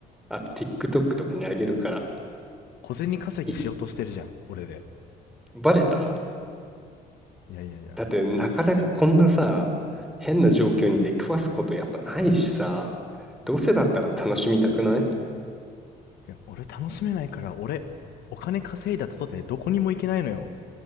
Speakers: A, in the centre; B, on the left.
A: あと TikTok とかにあげるから。
B: 小銭稼ぎしようとしてるじゃん、
A: い
B: 俺で。
A: バレた
B: いやいやいや。
A: だってなかなかこんなさ、変な状況に出くわすことやっぱないしさ、どうせだったら楽しみたくない
B: いや、俺楽しめないから、俺、お金稼いだとてどこにも行けないのよ。